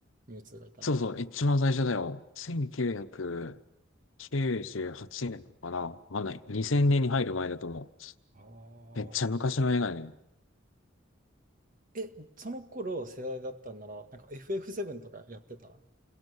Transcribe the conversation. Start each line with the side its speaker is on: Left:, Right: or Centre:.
Right: ミュウツーがいたのは。
Left: そうそう、一番最初だよ。1998年かな。わかんない。2000年に入る前だと思う。
Right: ああ。
Left: めっちゃ昔の映画ね。
Right: え、その頃世代だったんなら、なんか FF7 とかやってた